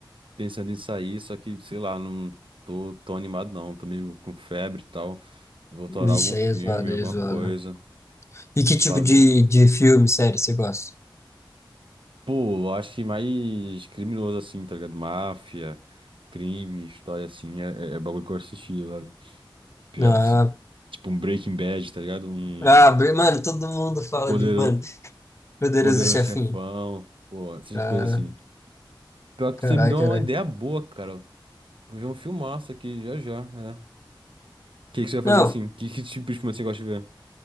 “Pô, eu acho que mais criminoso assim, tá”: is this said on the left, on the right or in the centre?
Right